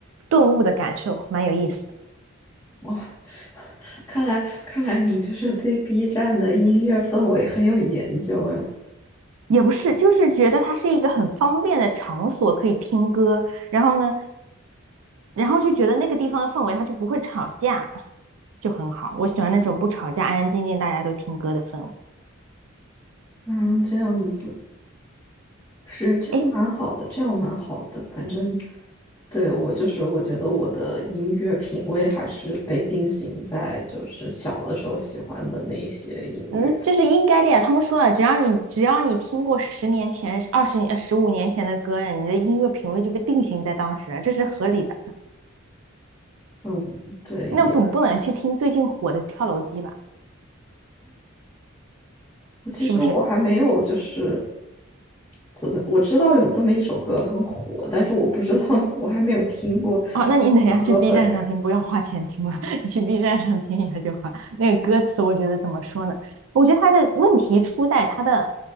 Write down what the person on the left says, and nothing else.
哇，看来看来你就是对 B 站的音乐氛围很有研究呀。
嗯，这样子是这样蛮好的，
这样蛮好的。反正对我就是我觉得我的音乐品味还是被定型在就是小的时候喜欢的那一些音乐。
嗯，对，
也我其实我还没有就是
怎么我知道有这么一首歌很火，但是我不知道我还没有听过
歌本人。